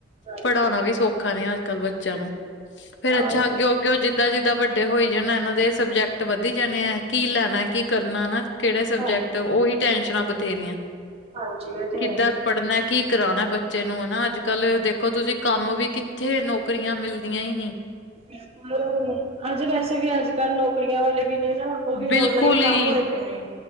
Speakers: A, on the right (about 35°); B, on the left (about 70°).
A: ਹਾਂਜੀ
B: ਪੜ੍ਹਾਉਣਾ ਵੀ ਸੌਖਾ ਨੀ ਅੱਜ। ਕੱਲ ਬੱਚਿਆਂ ਨੂੰ ਫੇਰ
A: ਹਾਂ
B: ਅੱਛਾ ਅੱਗੇ।
A: ਤੇ
B: ਉਹ ਜਿੱਦਾਂ ਜਿੱਦਾਂ ਵੱਡੇ ਹੋਈ ਜਾਣੇ ਇਹਨਾਂ ਦੇ ਸਬਜੈਕਟ ਵੱਧੀ ਜਾਣੇ ਹੈ ਕੀ ਲੈਣਾ ਕੀ ਕਰਨਾ ਹਨਾ। ਕਿਹੜੇ ਸਬਜੈਕਟ
A: ਹਾਂ
B: ਉਓਹੀ ਟੈਨਸ਼ਨਾਂ ਬਥੇਰੀਆਂ।
A: ਹਾਂਜੀ ਇਹ ਤੇ
B: ਕਿੱਦਾਂ
A: ਹੈ।
B: ਪੜ੍ਹਨਾ ਕੀ ਕਰਾਉਣਾ ਬੱਚੇ ਨੂੰ ਹਨਾ ਅੱਜ ਕੱਲ ਦੇਖੋ ਤੁਸੀਂ ਕੰਮ ਵੀ ਕਿੱਥੇ ਨੌਕਰੀਆਂ ਮਿਲਦੀਆਂ ਹੀ ਨੀ।
A: ਬਕੁ ਅੱਜ ਵੈਸੇ ਵੀ ਅੱਜ ਕੱਲ ਨੌਕਰੀਆਂ ਵਾਲੇ ਵੀ ਨੇ ਨਾ। ਉਹ ਵੀ
B: ਬਿਲਕੁਲ
A: ਔਨਲਾਈਨ
B: ਹੀ'
A: ਕੰਮ ਹੋਏ ਪਏ ਨੇ।